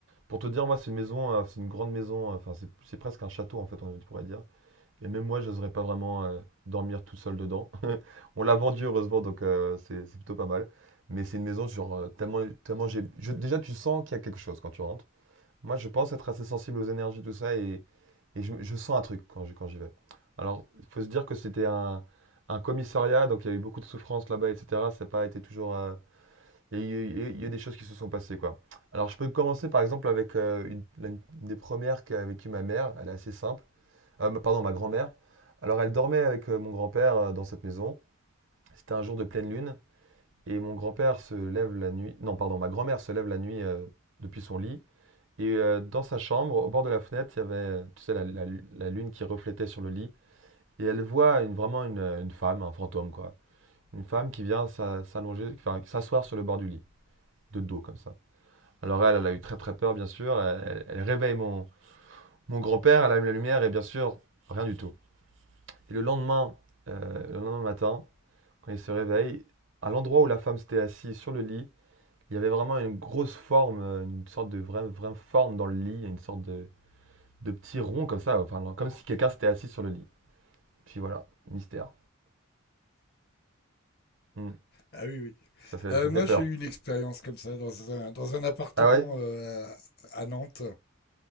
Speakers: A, on the right; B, on the left.
A: Pour te dire, moi, c'est une maison, euh, c'est une grande maison. euh, Enfin, c'est c'est presque un château, en fait, on pourrait dire. Et même moi, je n'oserais pas vraiment euh, dormir tout seul dedans. <laughs> On l'a vendu, heureusement, donc euh, c'est c'est plutôt pas mal. Mais c'est une maison, genre, euh, tellement, tellement j'ai. je- déjà, tu sens qu'il y a quelque chose quand tu rentres. Moi, je pense être assez sensible aux énergies, tout ça, et, et je, je sens un truc quand j'y quand j'y vais. Alors, il faut se dire que c'était un, un commissariat, donc il y a eu beaucoup de souffrances là-bas, etc. Ça n'a pas été toujours. euh, Il y, a eu- il y a eu il y a eu des choses qui se sont passées, quoi. Alors, je peux commencer par exemple avec euh, une, la- une des premières qu'a vécu ma mère. Elle est assez simple. Euh, ma- pardon, ma grand-mère. Alors, elle dormait avec euh, mon grand-père euh, dans cette maison. C'était un jour de pleine lune, et mon grand-père se lève la nuit. Non, pardon, ma grand-mère se lève la nuit euh, depuis son lit et euh, dans sa chambre, au bord de la fenêtre, il y avait, euh, tu sais, la, la la lune qui reflétait sur le lit. Et elle voit une- vraiment une, euh, une femme, un fantôme, quoi. Une femme qui vient s'a- s'allonger, enfin, s'asseoir sur le bord du lit, de dos, comme ça. Alors elle, elle a eu très très peur, bien sûr. Elle, elle- elle réveille mon, mon grand-père, elle allume la lumière, et bien sûr, rien du tout. Et le lendemain, euh, le lendemain matin, quand il se réveille, à l'endroit où la femme s'était assise sur le lit, il y avait vraiment une grosse forme, euh, une sorte de vraie, vraie forme dans le lit, une sorte de de petits ronds comme ça, enfin, comme si quelqu'un s'était assis sur le lit. Puis voilà, mystère. Hmm.
B: Ah oui, oui.
A: Ça fait,
B: Euh,
A: ça fait
B: moi,
A: peur.
B: j'ai eu une expérience comme ça dans un, dans un appartement
A: Ah ouais?
B: euh, à Nantes,